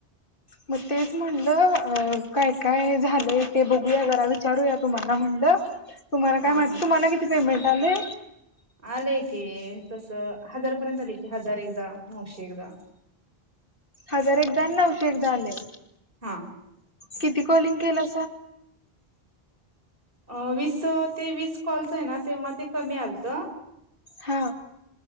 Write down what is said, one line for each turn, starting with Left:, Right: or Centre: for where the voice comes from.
Left: मग तेच म्हणलं काय काय झाले ते बघूया जरा विचारूया तुम्हाला ड तुम्हाला
Right: हा
Left: काय मा
Right: हा
Left: तुम्हाला किती पेमेंट आले.
Right: आलंय की तस हजारपर्यंत आलेय की हजार एकदा नऊशे एकदा ह
Left: हजार एकदा आणि नऊशे एकदा आले.
Right: हा
Left: किती कॉलिंग केलं
Right: अ वीस ते वीस कॉल्स आहे ना तेव्हा ते कमी आलत
Left: हा